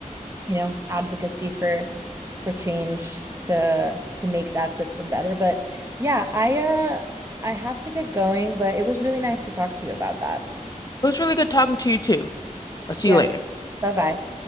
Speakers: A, on the right; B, on the left.
A: you know, advocacy for for change to to make that system better. But yeah, I uh I have to get going, but it was really nice to talk to you about that.
B: It was really good talking to you too. I'll see
A: Yeah.
B: you later.
A: Bye-bye.